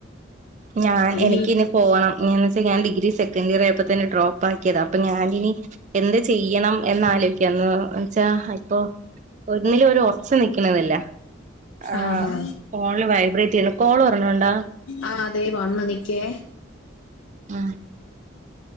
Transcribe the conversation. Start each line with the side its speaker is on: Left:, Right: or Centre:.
Right: ഞാൻ
Left: ഇനി
Right: എനിക്കിനി പോണം ഇഞ്ഞെന്ന് വെച്ചാ ഞാൻ ഡി ഇനി സെക്കൻഡ് ഇയർ ആയപ്പോ തന്നെ ഡ്രോപ്പ് ആക്കിയതാ അപ്പൊ ഞാനിനി എന്ത് ചെയ്യണം എന്ന് ആലോയിക്യാന്ന് വച്ചാ ഇപ്പോ ഒന്നിലും ഒര് ഒർച്ച് നീക്കണന്നില്ല, ഏഹ്
Left: ആഹാ
Right: ഫോണില് വൈബ്രേറ്റ് ചെയ്യുന്ന കോൾ വരണണ്ടാ?
Left: ആ അതെ വന്നു നിക്കേ.
Right: ആ